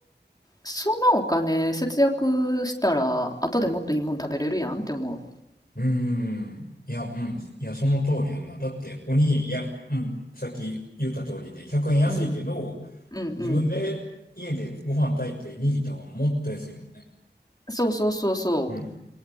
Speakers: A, on the left (about 20°); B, on the left (about 60°).
A: そのお金節約したら、後でもっといいもん食べれるやんって思
B: うん。うーん。いや、うん。いや、その通りやんな。だって、おにぎり、いや、うん。さっき言った通りで、100円安いけど、
A: う。うん。うんうん。
B: 自分で家でご飯炊いて握った方がもっと安いもんね。
A: そうそうそうそう。
B: うん。